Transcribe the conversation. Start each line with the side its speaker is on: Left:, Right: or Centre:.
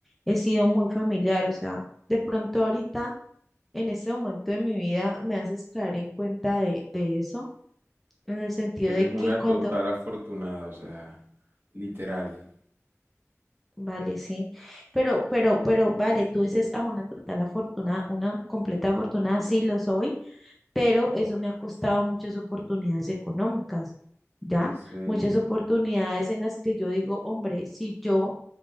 Centre: he sido muy familiar, o sea, de pronto ahorita en ese momento de mi vida me haces caer en cuenta de de eso, en el sentido
Right: Eres
Centre: de
Right: una
Centre: que cuando
Right: total afortunada, o sea, literal.
Centre: Vale, sí. Pero, pero, pero, vale, tú dices, ah, una total afortunada, una completa afortunada, sí lo soy, pero eso me ha costado muchas oportunidades económicas, ¿ya?
Right: En serio,
Centre: Muchas oportunidades en las que yo digo, hombre, si yo